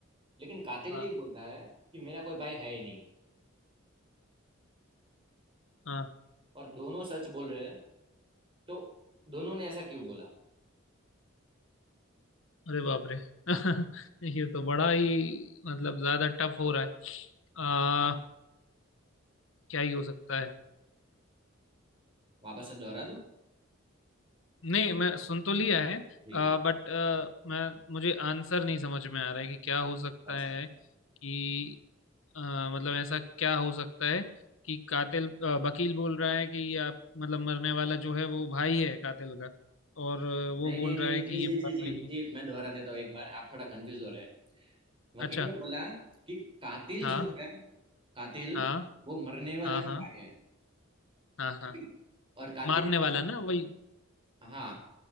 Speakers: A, on the right; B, on the left.
A: लेकिन कातिल
B: हाँ
A: ये बोलता है कि मेरा कोई भाई है ही नहीं
B: हाँ
A: और दोनों सच बोल रहे हैं तो दोनों ने ऐसा क्यों बोला
B: अरे बाप रे <laughs> ये तो बड़ा ही मतलब ज्यादा टफ हो रहा है आ, क्या ही हो सकता है
A: वापस से दोहरा दूं
B: नहीं मैं सुन तो लिया है
A: जी
B: आ,
A: जी
B: बट आ, मैं मुझे आंसर नहीं समझ में आ रहा है कि क्या हो सकता
A: अच्छा
B: है कि अ, मतलब ऐसा क्या हो सकता है कि कातिल अ, वकील बोल रहा है कि ये आप मतलब मरने वाला जो है वो भाई है कातिल का और अ, वो
A: नहीं
B: बोल
A: नहीं नहीं
B: रहा
A: नहीं
B: है कि
A: जी
B: ये
A: जी
B: मेरा
A: जी जी
B: भाई नहीं
A: जी मैं दोहरा देता हूँ एक बार आप थोड़ा कंफ्यूज हो रहे हैं वकील
B: अच्छा
A: ने बोला कि कातिल
B: हाँ
A: जो है कातिल
B: हाँ
A: वो मरने वाला
B: हाँ हाँ
A: का भाई है
B: हाँ हाँ
A: ठीक है और कातिल
B: मारने
A: ने बोला-
B: वाला ना वही
A: हाँ